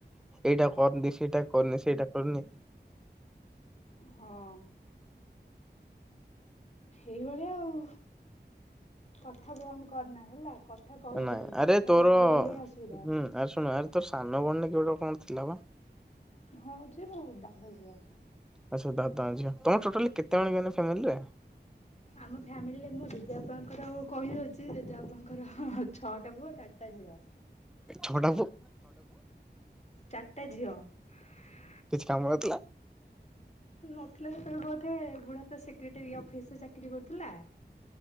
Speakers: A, in the centre; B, on the left.
A: ଏଇଟା କରନି ସେଟା କରୁନି ସେଇଟା କରୁନି।
B: ହଁ ଏଇଭଳିଆ ଆଉ କଥା ବନ୍ଦ କରନା ହେଲା କଥା କହିଚାଲେ
A: ନାଇଁ ଆରେ
B: କଥା
A: ତୋର
B: ବନ୍ଦ
A: ହୁଁ
B: କଲେ ହିଁ ଅସୁବିଧା।
A: ଆରେ ଶୁଣ ଆ ତୋ ସାନ ବଣ କେଟ କଣ ଥିଲା ବା
B: ହଁ ଯେ ମୁଁ ଦଣ୍ଡ ଝଅ
A: ଆଛା ଦାଦା ଙ୍କ ଝିଅ, ତମର ଟୋଟାଲି ଏମିତି କେତେ ଜଣ କି ଫ୍ୟାମିଲୀ ରେ?
B: ଆମ ଫ୍ୟାମିଲିରେ ମୋ ଜେଜେ ବାପାଙ୍କର ଆଉ। କହିଅଛି। ସେ ଯଦି ଆପଣଙ୍କର ଛଟ କେବୁ ଚାରଟା ଯିବ
A: ଛୋଟା ବ
B: ଚାରିଟା ଝିଅ। <unintelligible>
A: କିଛି କାମ ରଥିଲା
B: ନଥିଲା ଯେତେବେଳେ ବ ଏ ବଢା ସେକ୍ରେଟେଆ ଅଫିସରେ ବିକ୍ରି କରୁଥିଲା